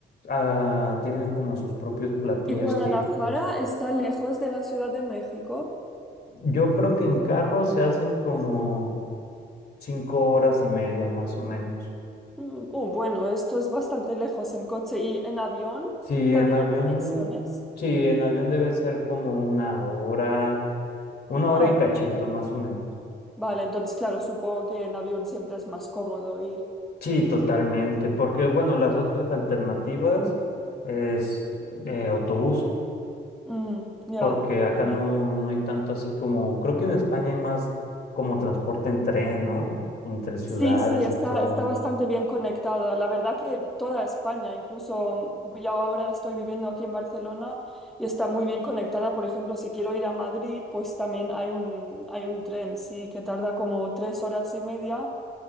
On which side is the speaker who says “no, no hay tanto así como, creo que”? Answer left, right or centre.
Left